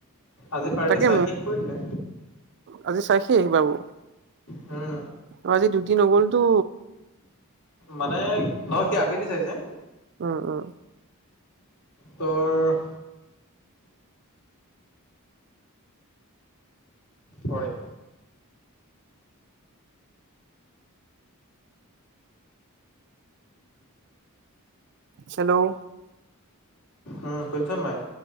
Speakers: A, on the left (about 85°); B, on the right (about 50°).
A: আজি পাৰ্টি
B: তাকে
A: চাই শেষ কৰি দিলে।
B: আজি চাই শেষ <unintelligible>
A: হম।
B: অ', আজি ডিউটি নগ'লটো।
A: মানে নহয়, সি আবেলি চাইছে।
B: উম, উম।
A: ত' চৰি।
B: হেল্ল'
A: উম, শুনিছ নাই?